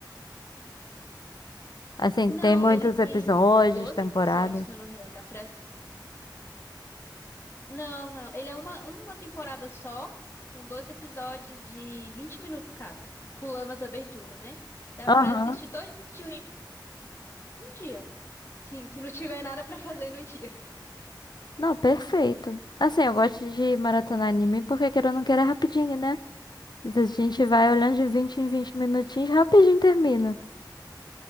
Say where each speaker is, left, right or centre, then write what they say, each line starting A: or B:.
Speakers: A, on the left (about 65°); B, on the left (about 30°).
A: Assim,
B: Não,
A: tem muitos
B: ele tem
A: episódios,
B: 12
A: temporadas.
B: episódios, se eu não me engano. Dá pra. s- Não, não. Ele é uma, uma temporada só, com 12 episódios de 20 minutos cada, pulando as aberturas, né? Dá
A: Aham.
B: pra assistir todo dia em um dia. Sim, se não tiver nada pra fazer no dia.
A: Não, perfeito. Assim, eu gosto de maratonar anime porque querendo ou não queira é rapidinho, né? Às vezes a gente vai olhando de 20 em 20 minutinhos, rapidinho termina.